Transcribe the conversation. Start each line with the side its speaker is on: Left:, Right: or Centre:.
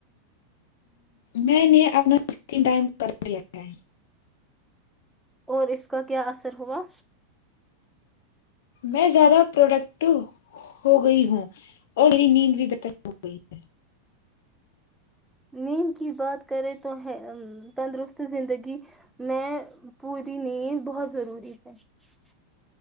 Left: میں نے اپنا اسکرین ٹائم کر لیا ہے
Centre: اور اس کا کیا اثر ہوا
Left: میں زیادہ پروڈکٹو ہو گئی ہوں اور میری نیند بھی بہتر ہو گئی ہے
Centre: نیند کی بات کریں تو ہے تندرست زندگی میں پوری نیند بہت ضروری ہچ <unintelligible>